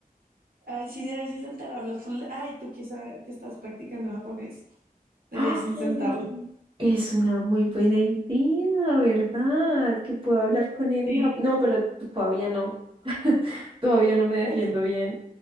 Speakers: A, on the right (about 70°); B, on the right (about 35°).
A: Ay, sí, deberías intentar hablar con él. Ay, tú que, sa- que estás practicando japonés, deberías
B: ¡Ah!
A: intentarlo.
B: Es una muy buena idea, ¿verdad? Que puedo hablar con él
A: Sí.
B: en Japón. No, pero t- todavía no. <laughs> Todavía no me defiendo
A: <laughs>
B: bien.